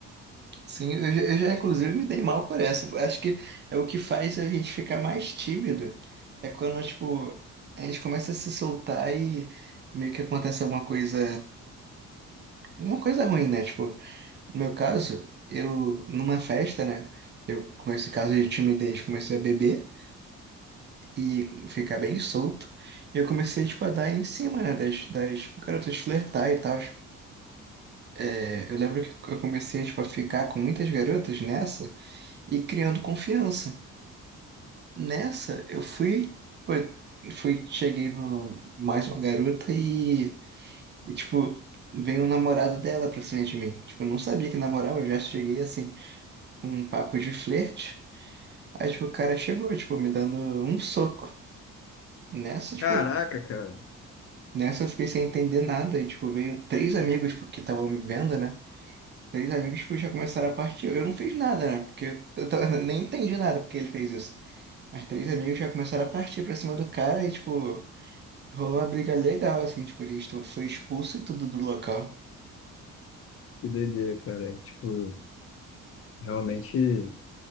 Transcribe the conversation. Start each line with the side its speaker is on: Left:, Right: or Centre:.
Right: sim, eu já, eu já, inclusive me dei mal por essa. Acho que é o que faz a gente ficar mais tímido. É quando, tipo, a gente começa a se soltar e meio que acontece alguma coisa, uma coisa ruim, né? Tipo, no meu caso, eu, numa festa, né? Eu, com esse caso de timidez, comecei a beber e ficar bem solto. E eu comecei, tipo, a dar em cima, né? Das, das garotas flertar e tal. É, eu lembro que eu comecei, tipo, a ficar com muitas garotas nessa. e criando confiança. Nessa, eu fui, foi, fui cheguei no mais uma garota e, e tipo, veio o namorado dela pra cima de mim. Tipo, eu não sabia que namorava, eu já cheguei assim, com um papo de flerte. Aí, tipo, o cara chegou, tipo, me dando um soco. Nessa, tipo,
Left: Caraca, cara.
Right: nessa eu fiquei sem entender nada. E, tipo, veio três amigos, tipo, que estavam me vendo, né? Três amigos, tipo, já começaram a partir. Eu não fiz nada, né? Porque eu, eu, tava- <laughs> nem entendi nada porque ele fez isso. As três amigas já começaram a partir pra cima do cara e, tipo, rolou uma briga legal, assim, tipo, a gente to- foi expulso e tudo do local.
Left: Que doideira, cara. Tipo, realmente.